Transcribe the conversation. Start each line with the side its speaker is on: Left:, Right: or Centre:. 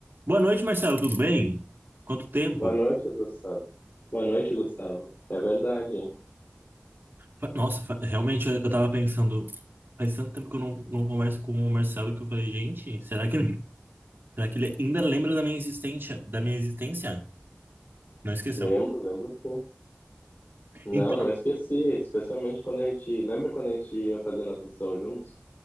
Right: Boa noite, Marcelo, tudo bem? Quanto tempo?
Left: Boa noite, Gustavo. Boa noite, Gustavo. É verdade, hein?
Right: Fa- Nossa, fa- realmente eu eu tava pensando, faz tanto tempo que eu não, não converso com o Marcelo que eu falei, gente, será que ele, será que ele ainda lembra da minha existência, da minha existência? Não esqueceu.
Left: Lembro, lembro sim. Não,
Right: Ent-
Left: não esqueci, especialmente quando a gente. Lembra quando a gente ia fazer natação juntos?